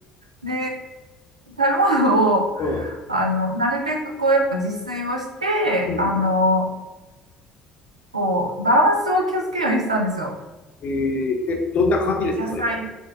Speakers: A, on the right; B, on the left.
A: で、食べ物を、
B: うん、
A: あの、なるべくこう、やっぱ自炊をして、
B: うん、
A: あの、こう、バランスを気をつけるようにしたんですよ。
B: えー、え、どんな感じですか、
A: こう野菜、
B: それは。